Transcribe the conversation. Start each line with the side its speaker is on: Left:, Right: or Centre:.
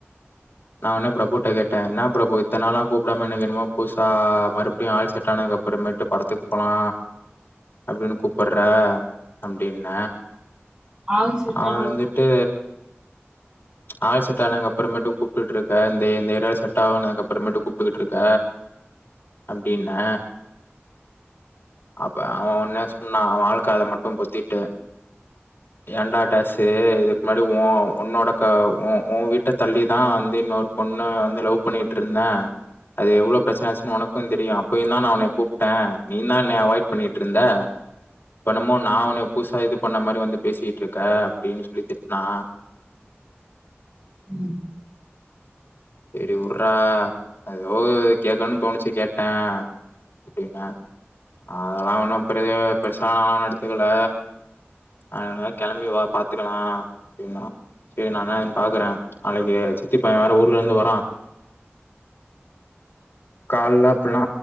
Left: நா அனே பிரபுட்ட கேட்டே இன்னா பிரபு இத்தன் நாளா கூப்டாம இன்னைக் என்னமோ புதுசா மறுப்டியு ஆள் செட்டானதுக் அப்புறமே ட்டு படத்துக்கு போலா அப்டினு கூப்புற்ற அப்டின்ன
Right: ஆள் செட்
Left: அவே
Right: ஆனதுக்கு
Left: வந்துட்டு ஆள் செட்டானகப்புறமேட்டு கூப்டுட்ருக்க இந்த ஏ இந்த ஏரியால செட்டாவனாக்க அப்புறமேட்டு கூப்டுகிட்ருக்க அப்டின்ன அவ ஒன்னே சொன்னா அவ ஆள் காத மட்டு பொத்திட்டு ஏண்டா டேஷு இதுக் முன்னாடி உ உன்னோட க உ உ வீட்ட தள்ளிதா வந்து இன்னொரு பொண்ண வந்து லவ் பண்ணிட்டுருந்தே அது எவ்ளோ ப்ரெச்சன ஆச்சுனு உனக்குந் தெரியு அப்பயுந்தா நா உனய கூப்ட்டே நீ தா என்னய அவாய்ட் பண் ட்டுருந்தா இப் என்னமோ நா உன்னய புதுசா இது பண்ண மாரி வந்து பேசிட்ருக்கே அப்டினு சொல்லி திட்னா
Right: ம்
Left: செரி உர்ரா எதோ இது கேக்கணுனு தோணுச்சு கேட்டே அப்டின்ன அதெல்லா ஒன்னு பெரிய பெருசா நாலா ஒன்னு எடுத்துக்கல அதனால் கெளம்பி வா பாத் துக்கலா அப்டின்னா சேரி நா இன்ன ஏதுன் பாக்குறே நாளைக்கி சித்தி பையன் வேற ஊ ர்லேந்து வரா கால்ல அப்பில்னா